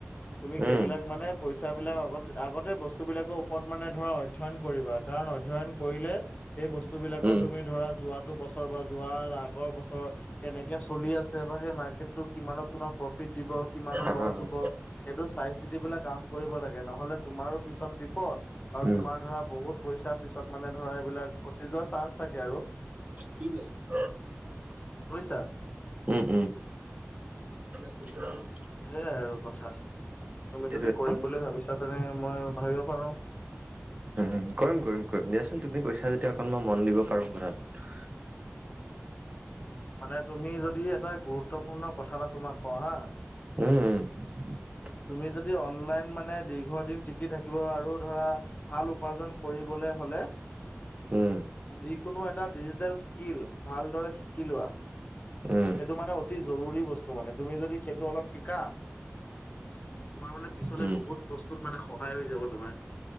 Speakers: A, on the left; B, on the right.
A: তুমি সেইবিলাক
B: উম,
A: মানে পইচা বিলাক আগত আগতে বস্তু বিলাকৰ ওপৰত মানে ধৰা অধ্যয়ন কৰিবা। কাৰণ অধ্যয়ন কৰিলে সেই বস্তু বিলাকৰ
B: উম,
A: তুমি ধৰা যোৱাটো ব ছৰ বা যোৱাৰ আগৰ বছৰ কেনেকে চলি আছে বা সেই মৰ্কেটটো কিমানত তোমাক প্ৰফিট দিব কিমানৰ
B: অ',
A: লছ
B: অ',
A: হ'ব। সেইটো চাই -চিতিপেলাই কাম কৰিব লাগে। নহলে তোমাৰো পিছত বিপদ আৰু
B: উম,
A: তোমাৰ ধৰা বহুত পইচাৰ পিছত মানে ধৰা এইবিলাক ফচিযোৱা চাৰ্জ থাকে আৰু।
B: কি কৰিছে?
A: বুজিছা?
B: উম, উম। <unintelligible>
A: সেয়াই আৰু কথা। তুমি
B: সেইটোৱে
A: যদি কৰিম
B: ন'
A: বুলি ভাৱিছা তেনে মই ভাৱিব পাৰোঁ।
B: উম, কৰিম, কৰিম কৰিম। দিয়াচোন তুমি কৈছা যেতিয়া অকণ মই মন দিব পাৰোঁ কথাটোত।
A: মানে তুমি যদি এটা গুৰুত্বপূৰ্ণ কথা এটা তোমাক কওঁ হাঁ।
B: উম, ওঁ।
A: তুমি যদি অনলাইন মানে দীৰ্ঘদিন টিকি থাকিব আৰু ধৰা ভাল উপাৰ্জন কৰিবলে হ'লে
B: উম
A: যিকোনো এটা ডিজিটেল স্কিল ভালদৰে শিকিলোৱা।
B: উম,
A: সেইটো মানে অতি জৰুৰী বস্তু মানে। তুমি যদি সেইটো অলপ শিকা তোমাৰ মানে পিছলে
B: উম,
A: বহুত বস্তুত মানে সহায় হৈ যাব তোমাৰ।